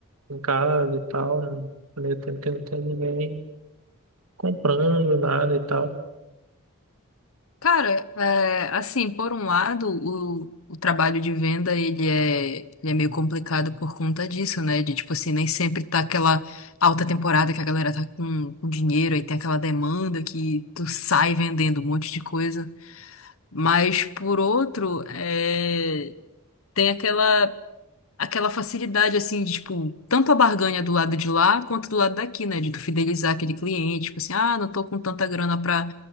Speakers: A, on the right; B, on the left.
A: em casa e tal, no meio tempo que não tem ninguém comprando nada e tal.
B: Cara, é, assim, por um lado, o, o trabalho de venda, ele é, ele é meio complicado por conta disso, né? De, tipo assim, nem sempre tá aquela alta temporada que a galera tá com, com dinheiro, aí tem aquela demanda que tu sai vendendo um monte de coisa. Mas, por outro, é, tem aquela, aquela facilidade, assim, de, tipo, tanto a barganha do lado de lá, quanto do lado daqui, né? De tu fidelizar aquele cliente, tipo assim, ah, não tô com tanta grana pra